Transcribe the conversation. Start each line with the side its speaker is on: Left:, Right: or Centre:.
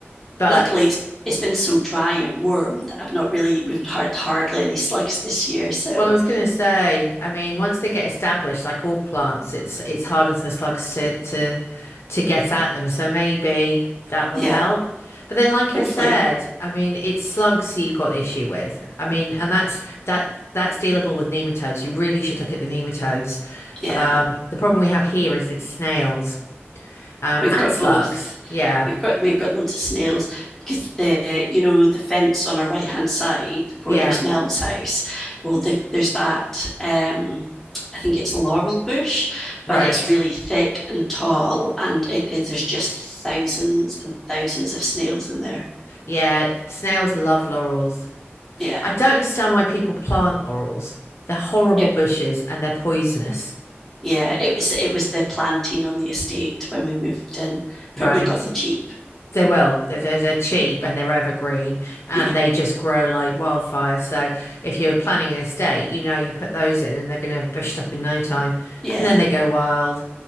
Left: but
Centre: luckily it's it's been so dry and warm that I've not really we've had hardly any slugs this year. So
Left: Well, I was going to say, I mean, once they get established, like all plants, it's it's harder for the slugs to to to get at them. So maybe that will
Centre: yeah,
Left: help. But then, like
Centre: hopefully,
Left: I said, I mean, it's slugs that you've got the issue with. I mean, and that's that that's dealable with nematodes. You really should look at the nematodes.
Centre: yeah.
Left: Um, the problem we have here is it's snails, um,
Centre: We've
Left: and
Centre: got
Left: slugs.
Centre: both.
Left: Yeah,
Centre: We've got we've got loads of snails because the you know the fence on our right hand side borders
Left: yeah,
Centre: Mel's house. Well, there's that. Um, I think it's laurel bush,
Left: right.
Centre: but it's really thick and tall, and it is there's just thousands and thousands of snails in there.
Left: Yeah, snails love laurels.
Centre: Yeah,
Left: I don't understand why people plant laurels. They're horrible
Centre: it
Left: bushes and they're poisonous,
Centre: yeah it was it was the planting on the estate when we moved in. Probably
Left: right?
Centre: got them cheap. <laughs>
Left: They will. They're, they're, they're cheap and they're evergreen and
Centre: Yeah,
Left: they just grow like wildfire. So if you're planning an estate, you know you put those in and they're going to have bushed up in no time.
Centre: yeah,
Left: And then they go wild.